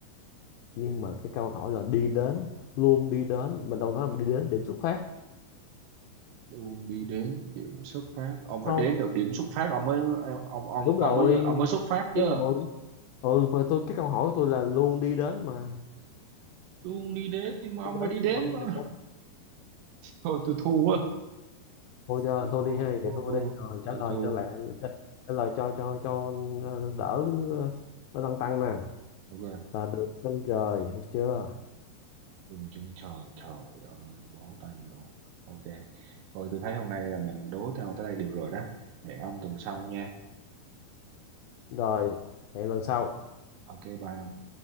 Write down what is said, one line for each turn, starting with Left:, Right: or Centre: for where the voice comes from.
Left: nhưng mà cái câu hỏi là đi đến luôn đi đến mình đâu nói là mình đi đến điểm xuất phát
Right: luôn đi đến điểm xuất phát ông
Left: đúng không
Right: phải đến được điểm xuất phát ông mới ông ông
Left: đúng rồi
Right: ông mới ông mới xuất phát
Left: đúng
Right: chứ
Left: rồi ừ mà tôi cái câu hỏi của tôi là luôn đi đến mà
Right: luôn đi đến nhưng mà
Left: đi
Right: ông phải
Left: đến
Right: đi đến
Left: mà không
Right: mà
Left: giờ tối
Right: thôi tôi thua á
Left: thôi giờ
Right: tôi
Left: thôi
Right: thua
Left: đi hai
Right: thua
Left: vậy thôi
Right: thua
Left: đi rồi trả
Right: tôi
Left: lời
Right: thua
Left: cho lẹ cho- trả lời cho cho cho ờ, đỡ ờ, nó tăng tăng nè
Right: ok
Left: là được chân trời được chưa
Right: đừng chân trời trời ơi bó tay luôn ok thôi tôi thấy hôm nay là mình đố nhau tới đây được rồi đó hẹn ông tuần sau nha
Left: rồi hẹn lần sau
Right: ok bye